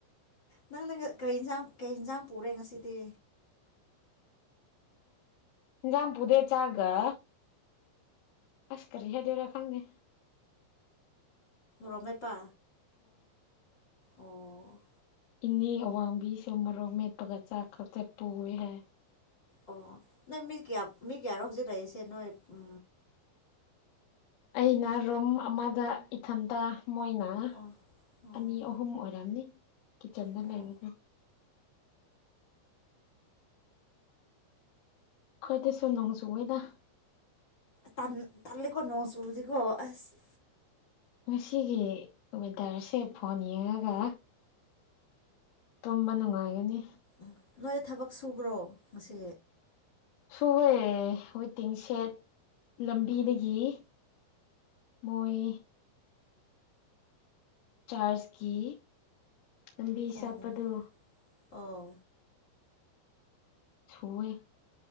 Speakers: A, on the left (about 40°); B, on the left (about 80°).
A: ꯅꯪ ꯀꯔꯤꯟꯁꯥꯡ ꯀꯩ ꯌꯦꯟꯖꯥꯡ ꯄꯨꯔꯦ ꯉꯁꯤꯗꯤ
B: ꯖꯥ ꯄꯨꯗꯦ ꯆꯥꯒ ꯑꯁ ꯀꯔꯤꯌꯥ ꯗꯧꯔ ꯈꯪꯗ
A: ꯔꯣꯃꯦꯄꯥ ꯑꯣ
B: ꯏꯟꯅꯤ ꯑꯋꯥꯡꯕꯤ ꯁꯃꯔꯣꯃꯦ ꯇꯒ ꯆꯥ ꯀ ꯆꯠꯄꯨ ꯍꯥꯏ
A: ꯑꯣ ꯅꯣꯏ ꯃꯤ ꯀꯌꯥ ꯃꯤ ꯀꯌꯥꯔꯣ ꯍꯧꯖꯤꯛ ꯂꯩꯔꯤꯁꯦ ꯅꯣꯏ ꯎ
B: ꯑꯩꯅ ꯔꯨꯝ ꯑꯃꯗ ꯏꯊꯟꯇ ꯃꯣꯏꯅ
A: ꯑꯣ ꯑꯣ
B: ꯑꯅꯤ ꯑꯍꯨꯝ ꯑꯣꯏꯔꯝꯅꯤ ꯆꯟꯗ
A: ꯑꯣ
B: ꯂꯩꯏꯕꯗ ꯈꯈꯣꯏꯗꯤ ꯁꯨꯝ ꯅꯣꯡꯖꯨ ꯑꯣꯏꯗ
A: ꯇꯥꯟ ꯇꯥꯟꯦꯀꯣ ꯅꯣꯡꯖꯁꯨꯗꯤꯀꯣ ꯑꯁ
B: ꯉꯁꯤꯒꯤ ꯋꯦꯗꯔꯁꯦ ꯐꯣꯟ ꯌꯦꯡꯉꯒ ꯇꯨꯝꯕ ꯅꯨꯡꯉꯥꯏꯒꯅꯤ
A: ꯎ ꯅꯣꯏ ꯊꯕꯛ ꯁꯨꯕ꯭ꯔꯣ ꯉꯁꯤ
B: ꯁꯨꯕꯦ ꯍꯣꯏ ꯇꯤꯡꯁꯦꯠ ꯂꯝꯕꯤꯗꯒꯤ ꯃꯣꯏ ꯆꯥꯔꯖꯀꯤ ꯂꯝꯕꯤ
A: ꯑꯣ
B: ꯁꯥꯠꯄꯗꯣ
A: ꯑꯣ
B: ꯊꯋꯏ